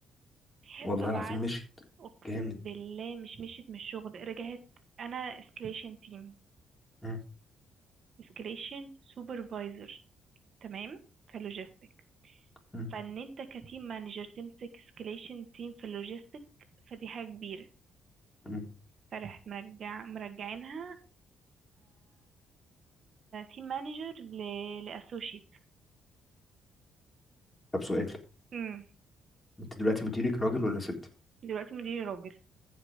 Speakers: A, on the right; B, on the left.
A: <laughs>
B: والله
A: فبعت
B: العظيم مشيت
A: اقسم
B: جامد
A: بالله مش مشيت من الشغل رجعت انا اسكليشن تيم
B: مم.
A: اسكليشن سوبرفايزر تمام في اللوجيستيك
B: مم.
A: فان انت كتيم مانجر تمسك اسكليشن تيم في اللوجيستيك فدي حاجه كبيره
B: مم.
A: فرحت مرجع مرجعينها تيم مانجر لاسوشيت
B: طب سؤال
A: امم
B: انت دلوقتي مديرك راجل ولا ست
A: دلوقتي مديري راجل